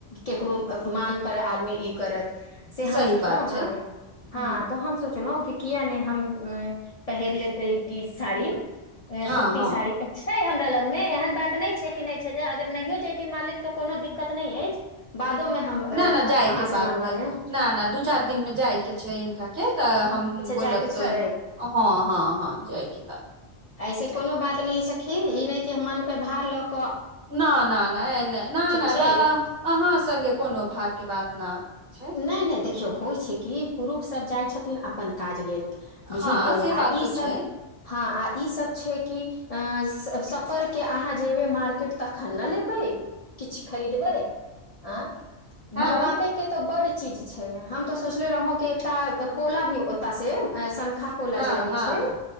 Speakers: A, on the left (about 40°); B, on the right (about 55°).
A: केकरो मान पर आदमी ई करत से
B: सही
A: हम सोचलहु
B: बात छै
A: न
B: ह
A: हँ तऽ हम सोचलहु कि किया नहि हम पहिर लेबै ई साड़ी
B: हँ
A: सुती
B: हँ
A: साड़ी अच्छा छै हमरा लग मे एहन बात नहि छै कि नहि छै अगर नहियो जेतीे मालिक तऽ कोनो दिक्कत नहि अछि बादोमे हम अहाँसँ
B: न न जाइ के बात
A: मङ्गवा
B: न
A: लेब
B: न दू चार दिन मे जाइ के छै हिनका के तऽ हम
A: अच्छा
B: बोलब
A: जायके
B: तो
A: छै
B: इ हँ हँ हँ जयके बा
A: ऐसे कोनो बात नहि सखी ई नहि कि हम मन प्यव भार लग
B: न न नहि नहि न
A: ठीक
B: न
A: छै
B: अहाँ संगे कोनो भारके बात ना छै
A: नहि नहि देखियौ होइ छै कि पुरुष सब जाइ छथिन अपन काज लेले बुझलिए
B: हँ से
A: आ
B: बात तो
A: इसब
B: छै
A: हाँ आ इसब छै की सफर के आहाँ जेब मार्केट तखन न लेबै किछु खरीदबै आ
B: हँ
A: मंगवाबे केत बड चीज छै हम तऽ सोचले रहौ कि एकटा पोला भी ओतय शंखा पोला
B: हँ
A: जे रहै
B: हँ
A: छै